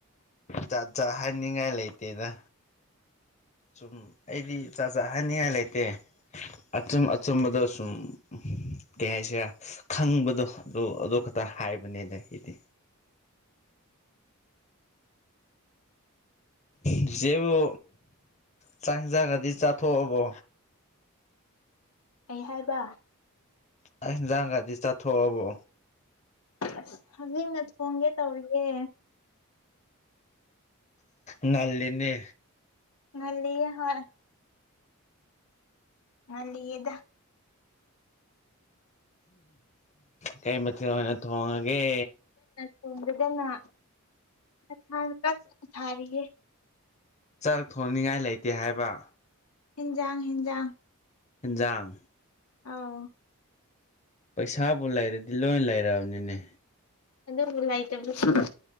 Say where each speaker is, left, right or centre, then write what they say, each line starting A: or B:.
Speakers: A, on the left; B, on the left.
A: ꯖꯥꯠ ꯖꯥꯠ ꯍꯥꯏꯅꯤꯡꯉꯥꯏ ꯂꯩꯇꯦꯗ ꯁꯨꯝ ꯑꯩꯗꯤ ꯖꯥꯠ ꯖꯥꯠ ꯍꯥꯏꯅꯤꯡꯉꯥꯏ ꯂꯩꯇꯦ ꯑꯆꯝ ꯑꯆꯨꯝꯝꯕꯗ ꯁꯨꯝ ꯀꯩ ꯍꯥꯏꯁꯤꯔ ꯈꯪꯕꯗꯣ ꯑꯗꯨ ꯑꯗꯨ ꯈꯇ ꯍꯥꯏꯕꯅꯤꯅ ꯑꯩꯗꯤ ꯆꯤꯆꯦꯕꯨ ꯆꯥꯛ ꯍꯤꯟꯖꯥꯡꯒꯗꯤ ꯆꯥꯊꯣꯛꯑꯕꯣ
B: ꯀꯩ ꯍꯥꯏꯕ
A: ꯆꯥꯛ ꯍꯤꯟꯖꯥꯡꯒꯗꯤ ꯆꯥꯊꯣꯛꯑꯕꯣ
B: ꯑꯁ ꯍꯧꯖꯤꯛꯅ ꯊꯣꯡꯒꯦ ꯇꯧꯔꯤꯌꯦ
A: ꯉꯜꯂꯤꯅꯦ
B: ꯉꯜꯂꯤꯌꯦ ꯍꯣꯏ ꯉꯜꯂꯤꯌꯦꯗ
A: ꯀꯩ ꯃꯊꯦꯜ ꯑꯣꯏꯅ ꯊꯣꯡꯉꯒꯦ
B: ꯊꯣꯡꯗꯥꯗꯅ <unintelligible> ꯊꯥꯔꯤꯒꯦ
A: ꯆꯥꯛ ꯊꯣꯡꯅꯤꯡꯉꯥꯏ ꯂꯩꯇꯦ ꯍꯥꯏꯕ
B: ꯍꯤꯟꯖꯥꯡ ꯍꯦꯟꯖꯥꯡ
A: ꯏꯟꯖꯥꯡ
B: ꯑꯧ
A: ꯄꯩꯁꯥꯕꯨ ꯂꯩꯔꯗꯤ ꯂꯣꯏ ꯂꯩꯔꯕꯅꯤꯅꯦ
B: ꯑꯗꯨꯕꯨ ꯂꯩꯇꯕꯁꯨ